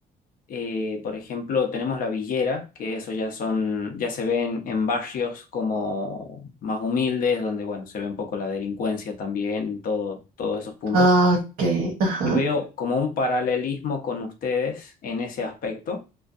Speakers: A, on the left (about 55°); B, on the right (about 65°).
A: Eh, por ejemplo, tenemos la villera, que eso ya son, ya se ven en barrios como más humildes, donde bueno, se ve un poco la delincuencia también, todo, todos esos puntos.
B: Ah, Ok, ajá.
A: Y veo como un paralelismo con ustedes en ese aspecto,